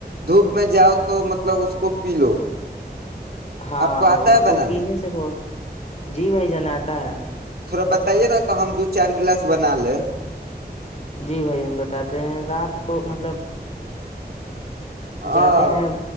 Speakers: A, on the right; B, on the left.
A: دھپ میں جاؤ تو مطلب اس کو پی لو
B: ہاں
A: آپ آتا
B: اس
A: ہے
B: کو
A: بنانے
B: پینے سے بہت جی بھائی جن آاتتا ہے
A: تھوڑا بتائیے نا تو ہم دو چار گلاس بنا لیں
B: جی بھائی ہم بتاتے ہیں رات کو مطلب جاتے
A: ہاں
B: ہیں